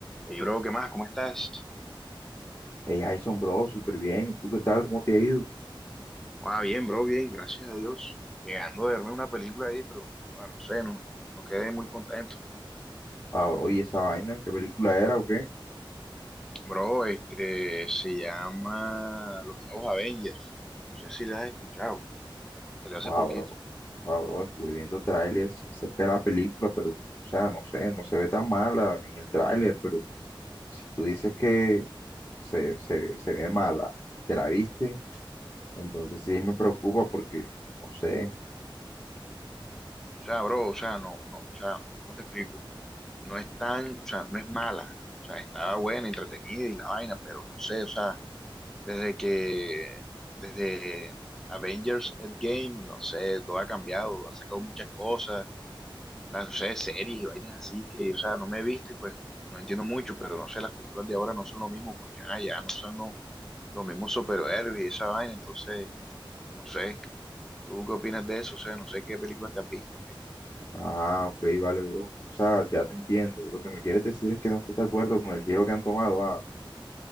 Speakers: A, in the centre; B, on the left.
A: Hey, bro, ¿qué más? ¿Cómo estás?
B: Hey, Jason, bro, súper bien. ¿Y tú qué tal? ¿Cómo te ha ido?
A: Ah, bien, bro, bien, gracias a Dios. Llegando a verme una película ahí, pero bueno, no sé, no, no quedé muy contento.
B: Ah, bro, ¿y esa vaina? ¿Qué película era o qué?
A: Bro, este se llama Los Nuevos Avengers. No sé si la has escuchado. Salió hace
B: Ah,
A: poquito.
B: bro, ah, bro, estuve viendo trailers acerca de la película, pero, o sea, no sé, no se ve tan mala en el tráiler, pero si tú dices que se, se, se ve mala, ¿te la viste? Entonces sí me preocupa porque, no sé.
A: O sea, bro, o sea, no, no, o sea, ¿cómo te explico? No es tan, o sea, no es mala. O sea, estaba buena, entretenida y la vaina, pero no sé, o sea, desde que, desde Avengers Endgame, no sé, todo ha cambiado, ha sacado muchas cosas las, no sé, series y vainas así que, o sea, no me he visto y pues no entiendo mucho, pero no sé, las películas de ahora no son lo mismo porque, ah, ya no son lo- los mismos superhéroes y esa vaina, entonces, no sé, ¿tú qué opinas de eso? O sea, no sé qué películas te has visto.
B: Ah, ok, vale, bro. O sea, ya te entiendo. Lo que me quieres decir es que no estás de acuerdo con el giro que han tomado. Ah,